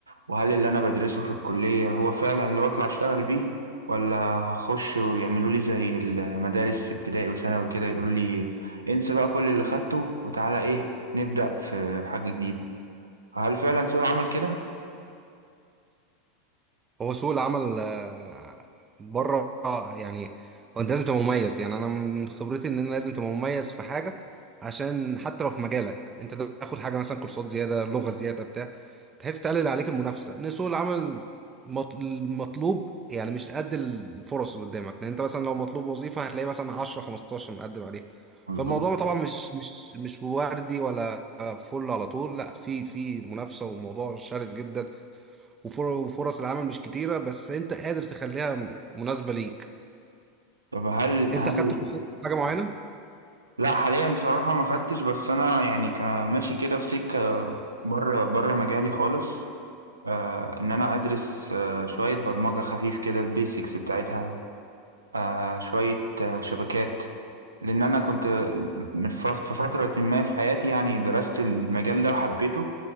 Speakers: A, on the right; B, on the right.
A: وهل اللي أنا بدرسه في الكلية هو فعلا اللي بطلع أشتغل بيه ولا هخش ويعملوا لي زي المدارس ابتدائي وثانوي كده يقولوا لي انسى بقى كل اللي خدته وتعالى إيه نبدأ في حاجة جديدة هل فعلا سوق العمل كده
B: هو سوق العمل آه، بره آه، يعني هو انت لازم تبقى مميز يعني انا من خبرتي ان انا لازم تبقى مميز في حاجه عشان حتى لو في مجالك انت تاخد حاجه مثلا كورسات زياده لغه زياده بتاع بحيث تقلل عليك المنافسه ان سوق العمل مط- المطلوب يعني مش قد الفرص اللي قدامك لان انت مثلا لو مطلوب وظيفه هتلاقي مثلا 10 15 مقدم عليها
A: مظبوط
B: فالموضوع طبعا مش مش مش وردي ولا فل على طول لا في في منافسه وموضوع شرس جدا وفر- وفرص العمل مش كتيرة بس انت قادر تخليها م- مناسبة ليك
A: طب هل هل
B: انت خدت كورسات في حاجة معينة
A: لا حاليا بصراحة ما خدتش بس انا يعني كماشي كده في سكة بره بره مجالي خالص آه ان انا ادرس آه شوية برمجة خفيف كده البيسكس بتاعتها آه شوية آه شبكات لان انا كنت من ف- في فترة ما في حياتي يعني درست المجال ده وحبيته